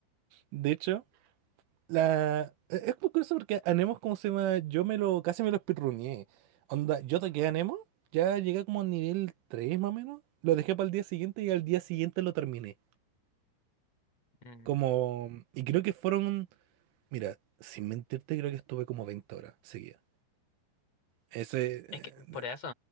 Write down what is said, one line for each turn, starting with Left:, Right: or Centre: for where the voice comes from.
Right: De hecho... La... e- Es muy curioso porque Anemo, ¿cómo se llama? Yo me lo, casi me lo speedruneé. Onda, yo toqué Anemo, ya llegué como a nivel 3 más o menos. Lo dejé para el día siguiente y al día siguiente lo terminé.
Left: Mm.
Right: Como... Y creo que fueron... Mira, sin mentirte, creo que estuve como 20 horas seguidas. Ese... eh,
Left: Es que, por
Right: de-
Left: eso,